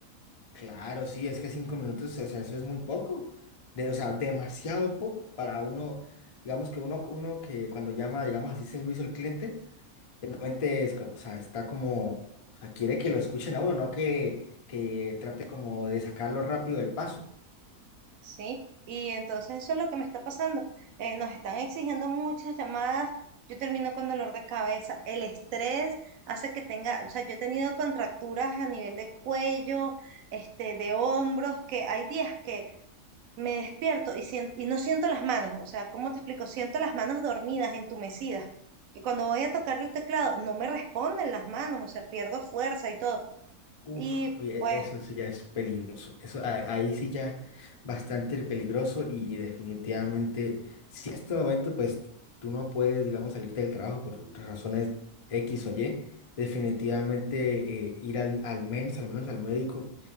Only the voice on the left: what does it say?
Claro, sí, es que cinco minutos, o sea, eso es muy poco. De, o sea, demasiado poco para uno, digamos que uno, uno que cuando llama, digamos, así servicio al cliente, normalmente es como, o sea, está como, o sea, quiere que lo escuchen a uno, no que, que trate como de sacarlo rápido del paso.
Uf,
oye,
eso sí ya es peligroso. Eso, a- ahí sí ya bastante peligroso y definitivamente, si en este momento pues tú no puedes, digamos, salirte del trabajo por razones X o Y, definitivamente eh, ir al, al menos, al menos al médico,